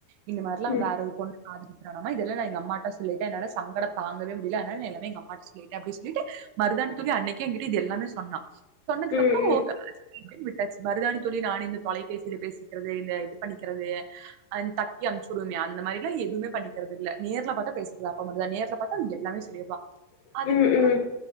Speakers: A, on the right; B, on the left.
A: இந்த மாரிலா
B: ம்
A: வேற ஒரு பொண்ணு ஆதரிக்கமா இதெல்லா நா எங்க அமாட்ட சொல்லிட்ட என்னால சங்கட தங்கவே முடியல அனால எல்லாமே எங்க அம்மாட்ட அப்டி சொல்லிட்டு மருதானி தோழி அன்னைக்க எங்கட்டு இது எல்லாமே சொன்னா சொன்னதுக்குப்புறோ
B: ம்
A: விட்டாச்சு மருதாணி தோழி நானு இந்த தொலைபேசில பேசிக்கறது இந்த இது பண்ணிக்கறது அ தக்கியம் சுடுமே அந்த மாரிலா எதும பன்னிக்கற இல்ல நேர்ல பாத்தா பேசுறது அப்ப மட்டுதா நேர்ல பா்த்தா அவ எல்லா சொல்லிடுவா
B: ம்
A: அதுக்கப்பறோ
B: ம் ம்